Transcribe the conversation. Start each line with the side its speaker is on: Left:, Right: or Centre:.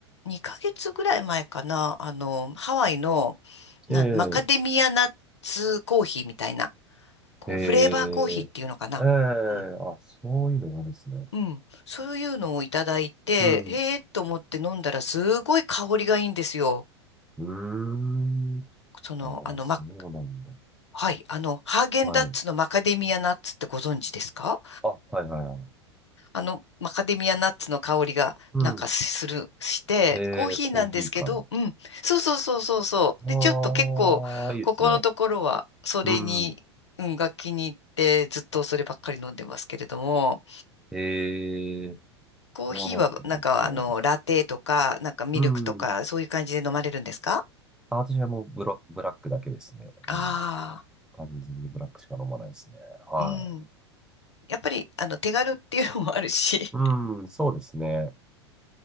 Left: 2ヶ月ぐらい前かな、あの、ハワイの、なん、
Centre: ええ
Left: マカデミアナッツコーヒーみたいな、こう、
Centre: ええ、
Left: フレーバーコーヒーっていうのかな。
Centre: ええ、
Left: うん。
Centre: あ、そういうのがあるんですね。
Left: うん。そういうのをいただいて、
Centre: うん。
Left: へえと思って飲んだらすごい香りがいいんですよ。
Centre: うーん。
Left: その、
Centre: あ、
Left: あの、
Centre: そうなんだ。
Left: ま、はい、あの、ハーゲンダッツのマカデミアナッツってご存知ですか
Centre: はい。あ、はいはいはい。
Left: あの、マカデミアナッツの香りがなんかする、
Centre: うん。
Left: して、
Centre: ええ、
Left: コーヒーなんですけど、
Centre: コーヒーから。
Left: うん。そうそうそうそうそう。
Centre: ああ、
Left: で、ちょっと結構、
Centre: いいですね。
Left: ここのところは、それに、
Centre: うん。
Left: うん、が気に入って、ずっとそればっかり飲んでますけれども、
Centre: ええ、こ
Left: コーヒーは、
Centre: れはなんか美味しそうですね。
Left: なんか、あの、ラテとか、なんかミルクとか、
Centre: うん。
Left: そういう感じで飲まれるんですか
Centre: あ、私はもうブラ、ブラックだけですね。うん。
Left: あ
Centre: 完全にブラックしか飲まないですね。はい。
Left: あー、うん。やっぱり、あの、手軽っていうのもあるし、
Centre: うん、そうですね。